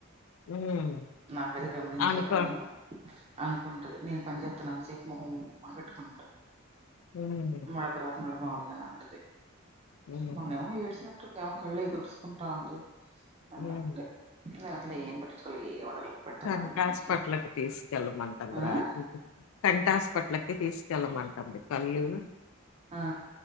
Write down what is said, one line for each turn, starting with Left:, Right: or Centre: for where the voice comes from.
Left: హ్మ్.
Right: నాక అది గమనించా
Left: అనుకో
Right: కదా నేను అనుకుంటుది నేను పని చేేస్తానంతసేపు మొహం ఉమ్ అని పెట్టుకుంటది
Left: హ్మ్.
Right: మళ్ళ తర్వాత మళ్ళా మాములుగానే ఉంటది
Left: హ్మ్.
Right: మొన్నేమో ఏడ్ ఉంటుందే ఒక కళ్ళయి తుడుచుకుంటా ఉంది అని
Left: హ్మ్.
Right: నేను అట్లా ఏం పట్టించుకోలే ఏం అడగలే పెడుతున్నా
Left: నాకు
Right: తింటున్నా
Left: హాస్పిటల్ కి తీసుకెళ్ళమంటుంది
Right: ఆ
Left: రా కంట హాస్పిటల్కి తీసుకెళ్ళమంటంది కళ్ళు
Right: ఆ